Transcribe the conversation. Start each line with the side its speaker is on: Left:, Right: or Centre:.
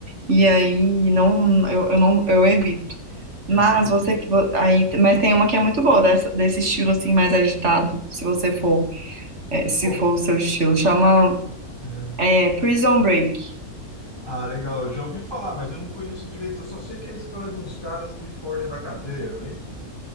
Right: E aí, não, eu, eu não, eu evito.
Left: É,
Right: Mas
Left: entendi.
Right: você, vo- aí, mas tem uma que é muito boa dessa- desse estilo assim mais agitado, se você for, é, se
Left: Qual?
Right: for o seu estilo, chama
Left: Uhum.
Right: é, Prison Break.
Left: Ah, legal. Eu já ouvi falar, mas eu não conheço direito. Eu só sei que é a história de uns caras que fogem da cadeia, não é isso?